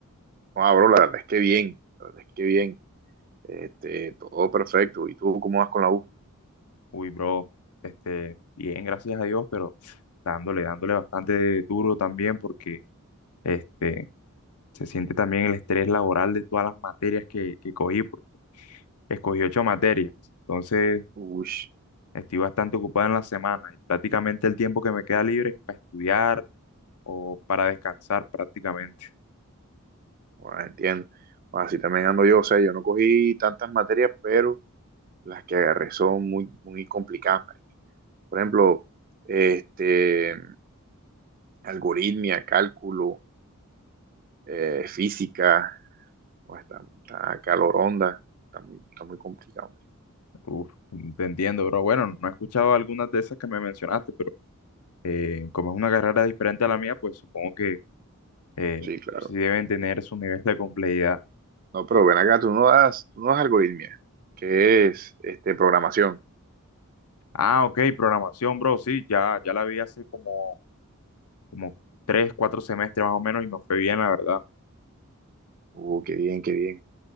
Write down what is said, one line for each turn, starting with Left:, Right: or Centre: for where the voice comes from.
Right: No, bro, la verdad es que bien, la verdad es que bien. Este, todo perfecto. ¿Y tú cómo vas con la U?
Left: Uy, bro, este, bien, gracias a Dios, pero dándole, dándole bastante duro también porque este, se siente también el estrés laboral de todas las materias que, que cogí, porque escogí ocho materias. Entonces
Right: Uy.
Left: Estoy bastante ocupado en la semana y prácticamente el tiempo que me queda libre es para estudiar o para descansar prácticamente.
Right: Bueno, entiendo. Bueno, así también ando yo, o sea, yo no cogí tantas materias, pero las que agarré son muy, muy complicadas. marica. Por ejemplo, este, algoritmia, cálculo, eh, física, o está, está caloronda, está muy, está muy complicado. marica.
Left: Uf, te entiendo, bro. Bueno, no he escuchado algunas de esas que me mencionaste, pero eh, como es una carrera diferente a la mía, pues supongo que eh,
Right: Sí, claro.
Left: sí deben tener su nivel de complejidad.
Right: No, pero ven acá, tú no das, tú no das algoritmia, que es este, programación.
Left: Ah, ok, programación, bro. Sí, ya, ya la vi hace como, como tres, cuatro semestres más o menos y me fue bien, la verdad.
Right: Uh, qué bien, qué bien.